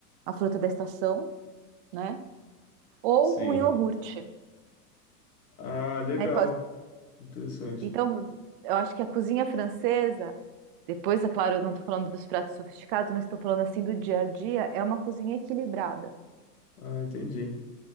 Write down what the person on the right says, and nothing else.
a fruta da estação, né? Ou
um iogurte,
né?
Então, eu acho que a cozinha francesa, depois, é claro, eu não estou falando dos pratos sofisticados, mas estou falando assim do dia a dia, é uma cozinha equilibrada,